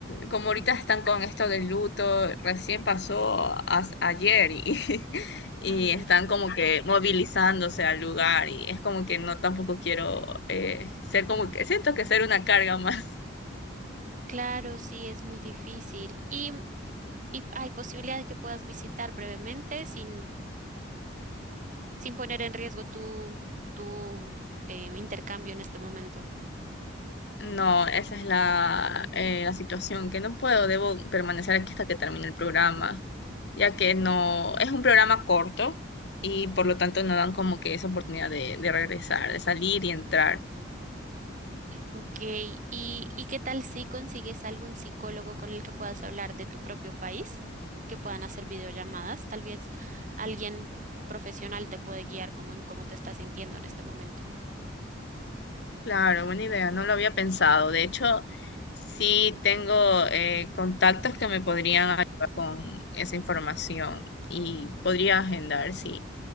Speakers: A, on the left; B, on the right.
A: como ahorita están con esto del luto, recién pasó as- ayer y, <laughs> y
B: Ay, mira,
A: están como que movilizándose al lugar y es como que no tampoco quiero eh, ser como que, siento que ser una carga más. <laughs>
B: claro, sí, es muy difícil. Y y hay posibilidad de que puedas visitar brevemente sin, sin poner en riesgo tu, tu eh, intercambio en este momento.
A: No, esa es la, eh, la situación, que no puedo, debo permanecer aquí hasta que termine el programa. ya que no es un programa corto y por lo tanto no dan como que esa oportunidad de, de regresar, de salir y entrar.
B: Ok, ¿Y, y qué tal si consigues algún psicólogo con el que puedas hablar de tu propio país, que puedan hacer videollamadas? Tal vez alguien profesional te puede guiar como en cómo te estás sintiendo en este momento.
A: Claro, buena idea, no lo había pensado. De hecho, sí tengo eh, contactos que me podrían ayudar con esa información y podría agendar, sí.